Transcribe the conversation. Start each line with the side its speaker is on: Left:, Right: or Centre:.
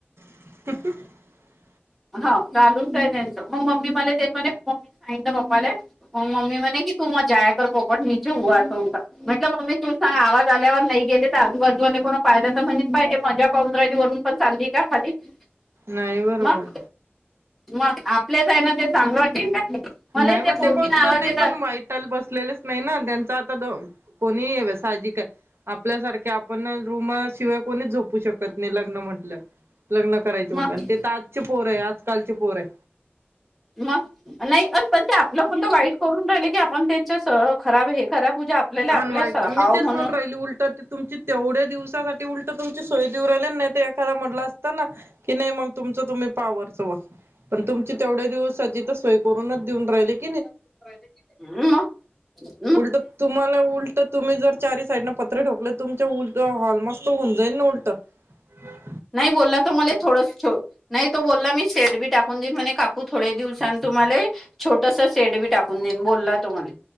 Right: ह <unintelligible>
Centre: <inaudible> हो घालूनच आहे त्यांच मग मम्मी मला तेेत म्मी सांगलं्पाला मग मम्मी म्हणे की त <unintelligible> मग जा कर पपट ने ह अस म्हटलं मम्मी तू सांग आवाज आल्यावर नाही गेले तर आजूबाजू <unintelligible> पाहिल्याच म्हणज बा हे मजा पाऊून राहियची वरून पण चालली का खाली <unintelligible>
Right: नाही बरोबर.
Centre: मग मग आपल्याच आहे ना ते चांगलं वाटेल का मला
Right: नाही
Centre: त्या
Right: म
Centre: पोरगीनं
Right: ते कोणत
Centre: आवाज
Right: नाही
Centre: येतात
Right: पण वाईट बसलेलेच नाही ना, त्यांचा आता दो कोणी याव साहजिक आहे, आपल्यासारखे आपण रूमाशिवाय कोणी झोपू शकत लग्न म्हटलं, लग्न करायचे
Centre: मग
Right: म्हटलं आणि ते तर आजचे पोर आहे आजकालचे पोर आहे.
Centre: मग नाही अ पण ते आपलं कोणत वाईट करून राहिले की, आपण त्यांच्या खराब हे खराब म्हणजे आपल्याला आपल्या
Right: अनवाईच, मी
Centre: हाव
Right: तेच
Centre: म्हणून
Right: म्हन राहिली उलट ते तुमची तेवढ्या दिवसासाठी उलट तुमची सोय देऊ राहिले ना नाही ते खरं म्हटलं असत ना- कि नाही मग तुमचं तुम्ही पावर चं पण तुमची तेवढे दिवस हजी तर सोय करूनच देऊन राहिली. <unintelligible>
Centre: ह <inaudible>
Right: उलट तुम्हाला उलट तुम्ही जर चारी साईडन पत्रे ठोकले तुमच्या उलट हॉल मस्त होऊन तन उळत <unintelligible>
Centre: नाही बोलला तो मला थोड नाही, तो बोलला मी शेड बी टाकून देन म्हणे काकू थोडे दिवसां तुम्हाले छोटस शेड बी टाकून देईल बोलला तुम्हाले.